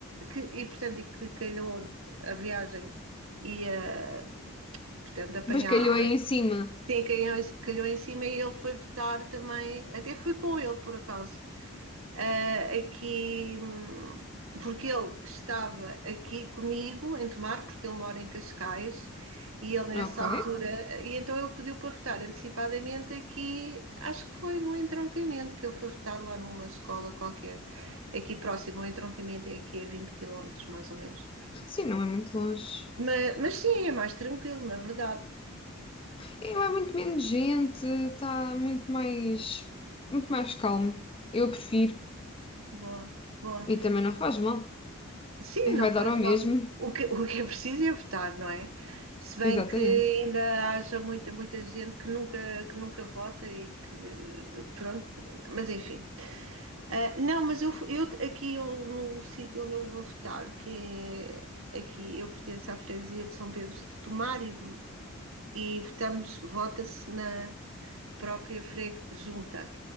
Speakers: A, on the right; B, on the left.
A: que, e portanto, e que calhou a viagem e a Portanto, apanhava.
B: Mas calhou aí em cima.
A: Sim, calhou, calhou em cima e ele foi votar também. Até fui com ele, por acaso. ah, aqui, hum, porque ele estava aqui comigo em Tomar, porque ele mora em Cascais, e ele nessa
B: Ok.
A: Ah. altura. E então ele pediu para votar antecipadamente aqui, acho que foi no entroncamento, que ele foi votar lá numa escola qualquer, aqui próximo. O entroncamento é aqui a 20 quilómetros mais ou menos.
B: Sim, não é muito longe.
A: Mas, mas sim, é mais tranquilo, na verdade.
B: É, vai muito menos gente, está muito mais, muito mais calmo. Eu prefiro.
A: Boa, boa.
B: E também não faz mal.
A: Sim, não
B: Vai
A: faz
B: dar ao
A: mal.
B: mesmo.
A: O que, o que é preciso é votar, não é? Se bem
B: Exatamente.
A: que ainda haja muita, muita gente que nunca, que nunca vota e que, pronto, mas enfim. Ah, não, mas eu, fu- eu aqui eu, no sítio onde eu vou votar, que é aqui, eu pertenço à freguesia de São Pedro de Tomar e, vo- e votamos, vota-se na própria freg junta.